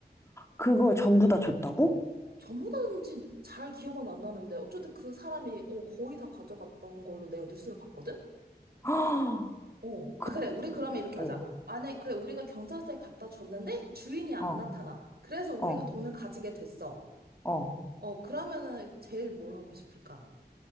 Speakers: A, on the left (about 15°); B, on the right (about 65°).
A: 그걸 전부 다 줬다고?
B: 전부 다인지 잘 기억은 안 나는데, 어쨌든 그 사람이, 어, 거의 다 가져갔던 걸로 내가 뉴스를 봤거든?
A: <gasps> 아,
B: 어.
A: 그,
B: 아, 그래, 우리 그러면 이렇게
A: 어,
B: 하자. 만약, 그래, 우리가 경찰서에 갖다 줬는데, 주인이 안
A: 어,
B: 나타나. 그래서 우리가
A: 어,
B: 돈을 가지게 됐어.
A: 어.
B: 어, 그러면은, 제일 뭘 하고 싶을까?